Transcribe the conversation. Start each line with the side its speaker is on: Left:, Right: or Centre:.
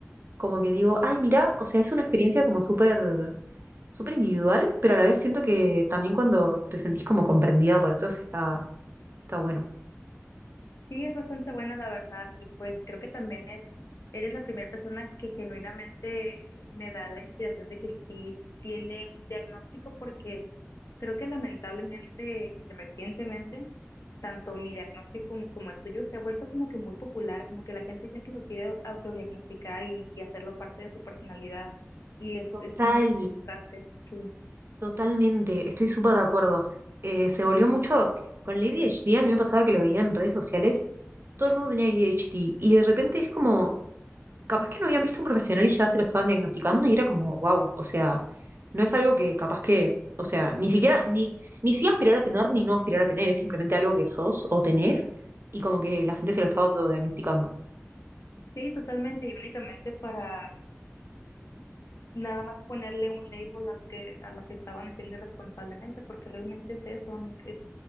Right: como que digo, ay, mira, o sea, es una experiencia como súper, súper individual, pero a la vez siento que también cuando te sentís como comprendida por otros está Está bueno.
Left: Sí, es bastante bueno, la verdad, y pues creo que también es, eres la primera persona que genuinamente me da la inspiración de que sí tiene un diagnóstico, porque creo que lamentablemente y recientemente, tanto mi diagnóstico como, como el tuyo se ha vuelto como que muy popular, como que la gente ya se lo quiere autodiagnosticar y, y hacerlo parte de su personalidad, y es,
Right: Total,
Left: es muy frustrante, sí.
Right: totalmente, estoy súper de acuerdo. Eh, se volvió mucho con el ADHD, a mí me pasaba que lo veía en redes sociales, todo el mundo tenía A D h ADHD y de repente es como, capaz que no habían visto un profesional y ya se lo estaban diagnosticando y era como, wow, o sea, no es algo que capaz que, o sea, ni siquiera, ni, ni sí aspirar a tener ni no aspirar a tener, es simplemente algo que sos o tenés y como que la gente se lo está autodiagnosticando.
Left: Sí, totalmente, y únicamente para nada más ponerle un label a lo que, a lo que estaban haciendo irresponsablemente, porque realmente es eso, mm, es